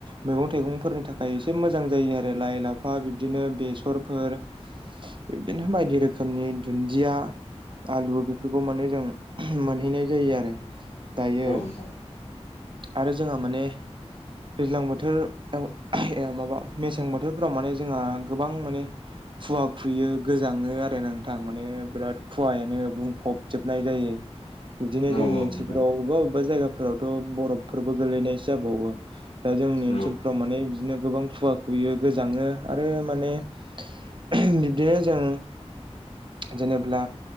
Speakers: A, on the right; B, on the left.
A: मैगं थाइगंफोरनि थाखाय एसे मोजां जायो आरो ला लाइ लाफा ब्बिदिनो बेसरफोर ब्बिदिनो बायदि रो खोमनि दुन्दिया आलु बेफोरखौ माने जों मोनहैनाय जायो आरो दायो
B: नोंथां
A: आरो जोंहा माने दैज्लां बोथोर आव ए माबा मेसें बोथोरफोराव माने जोंहा गोबां माने खुवा खुयो गोजाङो आरो नोंथां माने बिराद खुवायानो बुंफब जोबनाय जायो। <inaudible> बिदिनो
B: औ
A: जोंनि ओनसोलफोराव
B: नोंथां औ नोंथां
A: अबेबा अबेबा जायगाफोरावथ' बरफफोरबो गोलैनायसो जाबावो। दा जोंनि ओनसोलफ्राव
B: औ
A: माने बिदिनो गोबां खुवा खुयो गोजाङो आरो माने बिब्दिनो जों जेनेब्ला